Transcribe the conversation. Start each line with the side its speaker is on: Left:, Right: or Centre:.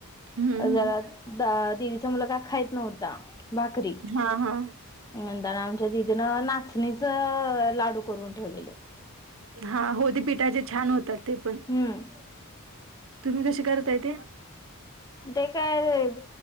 Right: हम्म हम्म.
Left: जरा दिदीचा मुलगा का खायत नव्हता. भाकरी
Right: हा हा
Left: नंतर आमच्या दिदीनं नाचणीचं लाडू करून ठेवलेले.
Right: हा होदीपिठाचे छान होतात. ते पण
Left: हम्म
Right: तुम्ही कसे करताय ते?
Left: ते काय